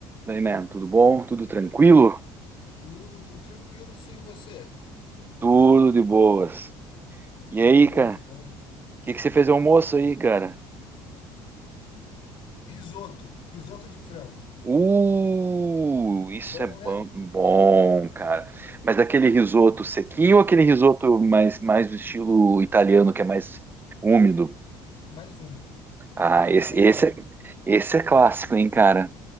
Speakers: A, on the right (about 20°); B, on the left (about 55°).
A: Daí, man, tudo bom? Tudo tranquilo?
B: Tudo, tudo tranquilo, sim, você?
A: Tudo de boas. E
B: Que
A: aí,
B: bom,
A: cara?
B: que bom.
A: O que que você fez de almoço aí, cara?
B: Risoto, risoto de frango.
A: Uh, isso
B: Bom,
A: é bom,
B: né?
A: bom, cara. Mas daquele risoto sequinho ou aquele risoto mais, mais do estilo italiano, que é mais úmido?
B: Mais úmido,
A: Ah, esse,
B: mais
A: esse,
B: úmido.
A: é, esse é clássico, hein, cara?